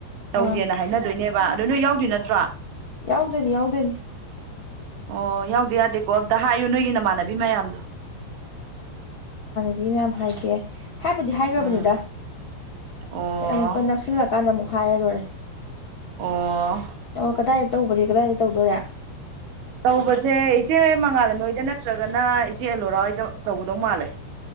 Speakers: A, on the right (about 85°); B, on the left (about 55°).
A: ꯇꯧꯁꯦꯅ
B: ꯑꯥ
A: ꯍꯥꯏꯅꯗꯣꯏꯅꯦꯕ ꯑꯗꯨ ꯅꯣꯏ ꯌꯥꯎꯗ꯭ꯣꯏ ꯅꯠꯇ꯭ꯔꯣ
B: ꯌꯥꯑꯣꯗꯨꯅꯤ ꯌꯥꯑꯣꯗꯣꯏꯅꯤ
A: ꯑꯣ ꯌꯥꯎꯗꯦ ꯌꯥꯗꯦꯀꯣ ꯑꯝꯇ ꯍꯥꯏꯌꯨ ꯅꯣꯏꯒꯤ ꯅꯃꯥꯟꯅꯕꯤ ꯃꯌꯥꯝꯗꯣ
B: ꯕꯤ ꯃꯌꯥꯝ ꯍꯥꯏꯒꯦ ꯍꯥꯏꯕꯨꯗꯤ ꯍꯥꯏꯈ꯭ꯔꯕꯅꯤꯗ
A: ꯎꯝ ꯑꯣ
B: ꯑꯃꯨꯛꯀ ꯅꯛꯁꯤꯜꯂꯛꯀꯥꯟꯗ ꯑꯃꯨꯛ ꯍꯥꯏ ꯂꯣꯏꯔꯦ
A: ꯑꯣ
B: ꯑꯣ ꯀꯗꯥꯏꯗ ꯇꯧꯕꯗꯤ ꯀꯗꯥꯏꯗ ꯇꯧꯗꯣꯔꯦ
A: ꯇꯧꯕꯁꯦ ꯏꯆꯦ ꯃꯉꯥ ꯂꯩꯃꯥ ꯍꯣꯏꯗ ꯅꯠꯇ꯭ꯔꯒꯅ ꯏꯆꯦ ꯑꯦꯂꯣꯔꯥ ꯍꯣꯏꯗ ꯇꯧꯒꯗꯧ ꯃꯥꯜꯂꯦ